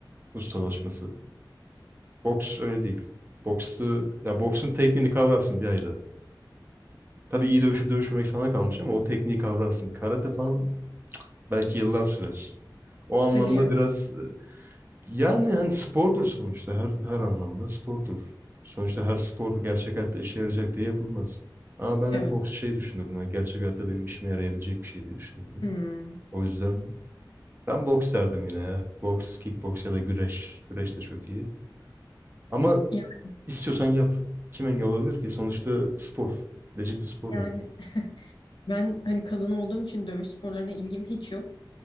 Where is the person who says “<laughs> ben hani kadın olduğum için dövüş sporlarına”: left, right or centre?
Left